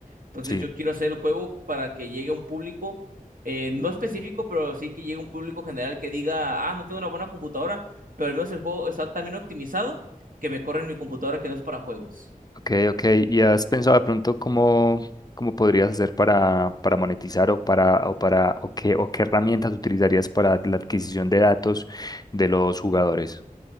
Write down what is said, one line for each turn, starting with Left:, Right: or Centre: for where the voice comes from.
Right: Entonces
Left: sí.
Right: yo quiero hacer el juego para que llegue a un público, eh, no específico, pero sí que llegue a un público general que diga, ah, no tengo una buena computadora, pero al menos el juego está tan bien optimizado que me corre en mi computadora que no es para juegos.
Left: Ok, ok. ¿Y has pensado de pronto cómo, cómo podrías hacer para, para monetizar o para, o para, o qué, o qué herramientas utilizarías para la adquisición de datos de los jugadores?